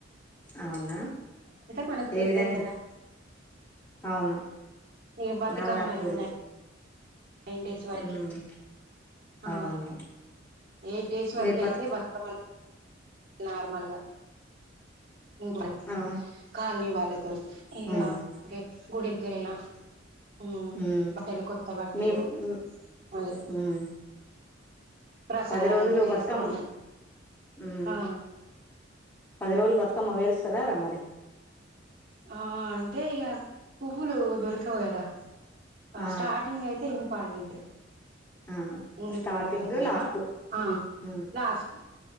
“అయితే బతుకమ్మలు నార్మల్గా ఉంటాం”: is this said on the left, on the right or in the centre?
Right